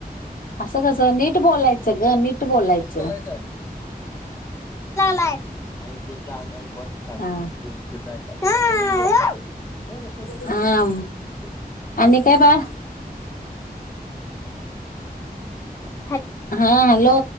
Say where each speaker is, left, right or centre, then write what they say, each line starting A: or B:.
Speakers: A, on the left (about 60°); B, on the left (about 20°).
A: असं कसं नीट बोलायचं ग नीट बोलायचं.
B: अक्कल आहे त चाग
A: हा
B: म... ां <inaudible>
A: हा आणि काय बाळ.
B: ता <inaudible>
A: हा हॅलो.